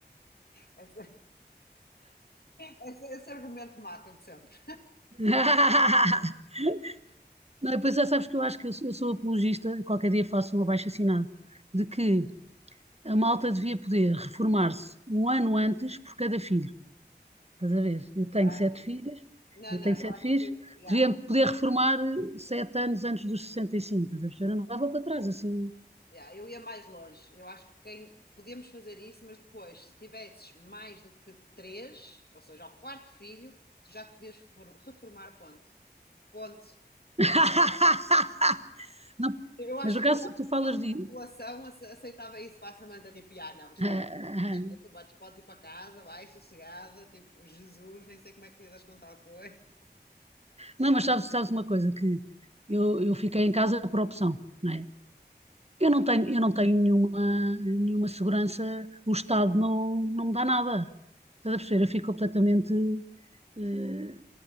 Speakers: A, on the left; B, on the right.
A: Esse, <laughs> esse, esse argumento mata-me sempre.
B: <laughs> Não, e depois já sabes que eu acho que eu sou, eu sou apologista, qualquer dia faço um abaixo-assinado, de que a malta devia poder reformar-se um ano antes por cada filho. Estás a ver? Eu tenho
A: Ya,
B: sete
A: ya.
B: filhos,
A: Não,
B: eu
A: não,
B: tenho sete
A: eu acho
B: filhos,
A: que ya,
B: devia poder reformar eh, sete anos antes dos sessenta e cinco estás a ver? Eu andava para trás assim.
A: ya, eu ia mais longe. Eu acho que quem podíamos fazer isso, mas depois, se tivesses mais do que três, ou seja, ao quarto filho, tu já te podias reform- reformar, ponto. Ponto.
B: <laughs> Não,
A: Eu acho
B: mas no
A: que,
B: caso,
A: eu acho
B: tu
A: que
B: falas
A: toda
B: de.
A: a população
B: <laughs>
A: ace- aceitava isso facilmente, tipo, ah, não, isto
B: Ah,
A: é,
B: ah, ah.
A: é tu bates, podes ir para casa, vai, sossegada, tipo, Jesus, nem sei como é que lidas com tal coisa.
B: Não, mas sabes, sabes uma coisa, que eu, eu fiquei em casa por opção, não é? Eu não tenho, eu não tenho nenhuma, nenhuma segurança, o Estado não, não me dá nada. Estás a perceber? Eu fico completamente eh,